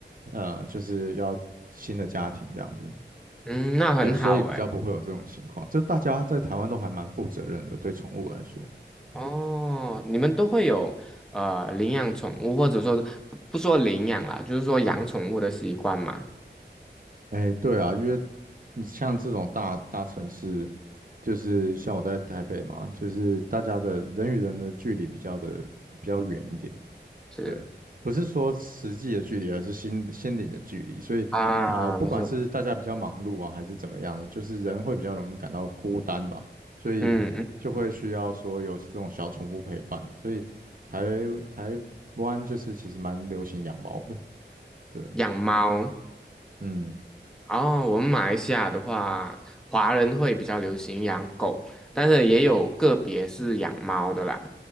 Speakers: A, on the right (about 50°); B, in the centre.
A: 呃，就是要新的家庭这样子。
B: 嗯，那很好哎。
A: 对，所以比较不会有这种情况。就大家在台湾都还蛮负责任的，对宠物来说。
B: 哦，你们都会有呃领养宠物，或者说不不说领养啦，就是说养宠物的习惯嘛。
A: 哎，对啊，因为你像这种大大城市，就是像我在台北嘛，就是大家的人与人的距离比较的比较远一点，
B: 是
A: 对，不是说实际的距离，而是心心灵的距离。所以，
B: 啊，
A: 呃，不管是大家比较忙碌啊，
B: 没错，
A: 还是怎么样的，就是人会比较容易感到孤单吧，所以就会需要说有这种小宠物陪伴。
B: 嗯嗯，
A: 所以台台湾就是其实蛮流行养猫的，对，
B: 养猫。
A: 嗯
B: 哦，我们马来西亚的话，华人会比较流行养狗，但是也有个别是养猫的啦。